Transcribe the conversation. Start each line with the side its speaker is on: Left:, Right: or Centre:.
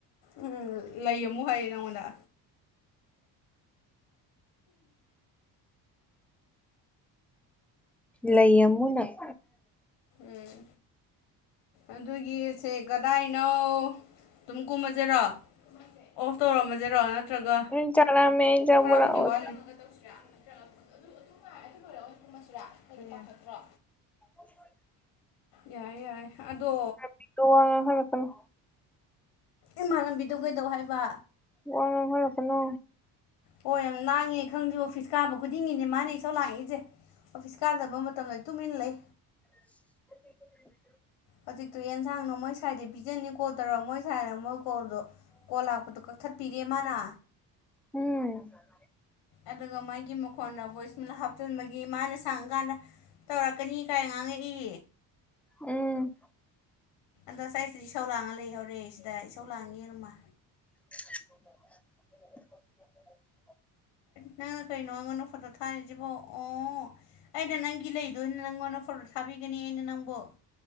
Left: ꯎꯝ ꯂꯩꯌꯝꯃꯨ ꯍꯥꯏꯌꯦ ꯅꯪꯉꯣꯟꯗ
Centre: ꯂꯩꯌꯝꯃꯨ ꯅꯪ
Left: ꯎꯝ ꯑꯗꯨꯒꯤꯁꯦ ꯀꯗꯥꯏꯅꯣ ꯑꯗꯨꯝ ꯀꯨꯝꯃꯖꯦꯔꯣ ꯑꯣꯐ ꯇꯧꯔꯝꯃꯖꯦꯔꯣ ꯅꯠꯇ꯭ꯔꯒ
Centre: ꯅꯪ ꯆꯥꯛ ꯂꯥꯝꯃꯦ ꯑꯩ ꯆꯥꯛ
Left: ꯈꯔꯕꯨꯗꯤ
Centre: ꯄꯨꯔꯛꯑꯣꯒꯦ
Left: ꯋꯥꯠꯂꯤ ꯑꯗꯨ ꯑꯗꯨ ꯉꯥꯏꯔ ꯑꯗꯨ ꯂꯣꯏꯔꯒ ꯑꯣꯏ ꯀꯨꯝꯃꯁꯤꯔꯥ ꯄꯥꯈꯠꯇ꯭ꯔꯣ
Centre: <inaudible>
Left: ꯌꯥꯏ ꯌꯥꯏ ꯑꯗꯣ
Centre: <unintelligible> ꯋꯥ ꯉꯥꯡꯍꯜꯂꯛꯀꯅꯨ
Left: ꯏꯃꯥꯟꯅꯕꯤꯗꯣ ꯀꯩꯗꯧ ꯍꯥꯏꯕ
Centre: ꯋꯥ ꯉꯥꯡꯍꯜꯂꯛꯀꯅꯣ
Left: ꯑꯣ ꯌꯥꯝ ꯂꯥꯡꯉꯦ ꯈꯪꯗꯦ ꯑꯣꯐꯤꯁ ꯀꯥꯕ ꯈꯨꯗꯤꯡꯒꯤꯅꯦ ꯃꯥꯅꯦ ꯏꯁꯧ ꯂꯥꯡꯏꯁꯦ ꯑꯣꯐꯤꯁ ꯀꯥꯗꯕ ꯃꯇꯝꯗꯗꯤ ꯇꯨꯃꯤꯟ ꯂꯩ
Centre: <inaudible>
Left: ꯍꯧꯖꯤꯛꯇꯣ ꯌꯦꯟꯁꯥꯡꯗꯣ ꯃꯣꯏ ꯁꯥꯏꯗꯤ ꯄꯤꯖꯅꯤ ꯀꯣꯜ ꯇꯧꯔꯛ ꯃꯣꯏ ꯁꯥꯏꯅ ꯑꯃꯨꯛ ꯀꯣꯜꯗꯣ ꯀꯣꯜ ꯂꯥꯛꯄꯗꯨ ꯀꯛꯊꯠꯄꯤꯔꯦ ꯃꯥꯅ
Centre: <unintelligible>
Left: ꯑꯗꯨꯒ ꯃꯥꯒꯤ ꯃꯈꯣꯟꯗ ꯕꯣꯏꯁ ꯑꯃ ꯍꯥꯞꯆꯤꯟꯕꯒꯤ ꯃꯥꯅ ꯁꯪꯀꯥꯟꯗ ꯇꯧꯔꯛꯀꯅꯤ ꯀꯥꯏ ꯉꯥꯡꯉꯛꯏ
Centre: ꯎꯝ
Left: ꯑꯗꯣ ꯉꯁꯥꯏꯁꯤꯗꯤ ꯏꯁꯧ ꯂꯥꯡꯉ ꯂꯩꯍꯧꯔꯦ ꯁꯤꯗ ꯏꯁꯧ ꯂꯥꯡꯉꯦꯔ ꯃꯥ
Centre: <inaudible>
Left: ꯅꯪꯅ ꯀꯩꯅꯣ ꯑꯩꯉꯣꯟꯗ ꯐꯣꯇꯣ ꯊꯥꯔꯤꯁꯤꯕꯣ ꯑꯣ ꯑꯩꯅ ꯅꯪꯒꯤ ꯂꯩꯗꯨꯑꯣꯏꯅ ꯅꯪꯉꯣꯟꯗ ꯐꯣꯇꯣ ꯊꯥꯕꯤꯒꯅꯤ ꯑꯩꯅ ꯅꯪꯕꯨ